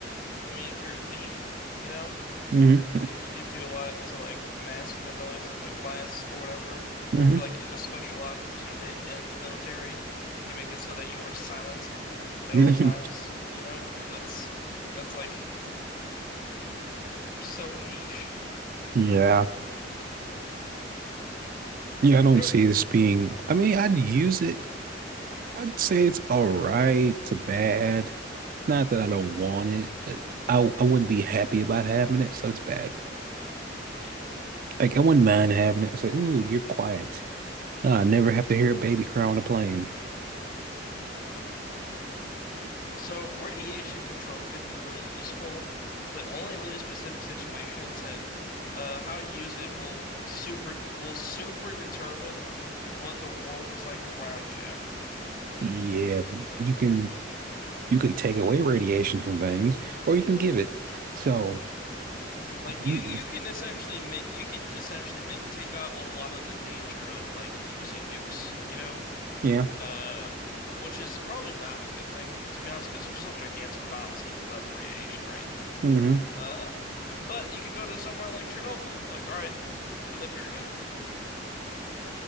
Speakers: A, on the left; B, on the right.
A: I mean, if you're a thief, you know.
B: Mm-hmm.
A: it, you could do a lot to like mask the noise of like class or whatever. Or
B: Mm-hmm.
A: if you're like a special ops unit in the military, you can make it so that you are silent at
B: Mm-hmm.
A: all times,
B: <laughs>
A: you know? But that's that's like so niche.
B: Yeah. Yeah, I don't
A: Sure.
B: see this being. I mean, I'd use it. I'd say it's all right to bad. Not that I don't want it, but I I wouldn't be happy about having it, so it's bad.
A: Yeah.
B: Like I wouldn't mind having it. It's like, ooh, you're quiet. Ah, I never have to hear a baby cry on a plane.
A: So radiation control could be really useful, but only in really specific situations and uh, how you use it will super will super determine what the world is like around you afterward.
B: Yeah, you can you can take away radiation from things, or you can give it. So
A: Like
B: you,
A: you you can essentially make you can essentially make take out a lot of the danger of like using nukes, you know?
B: yeah.
A: Uh which is probably not a good thing to be honest because they're still gigantic bombs even without the radiation, right?
B: hmm
A: Uh but you could go to somewhere like Chernobyl and be like, "All right, you can live here again."